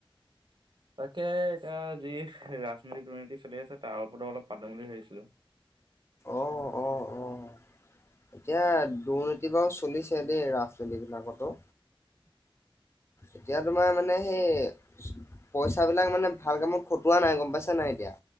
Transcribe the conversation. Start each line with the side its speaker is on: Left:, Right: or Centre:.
Right: তাকে এতিয়া যি। ৰাজনীতি দুৰ্নীতি চলি আছে তাৰ ওপৰতো অলপ পাতো বুলি ভৰিছিলো। <unintelligible>
Left: অ', অ', অ'। এতিয়া দুৰ্নীতি বাৰু চলিছে দেই ৰাজনীতি বিলাকতো। এতিয়া তোমাৰ মানে। সেই পইচাাবলাক মানে ভাল কামত খটোৱা নাই। গম পাইছো নাই এতিয়া।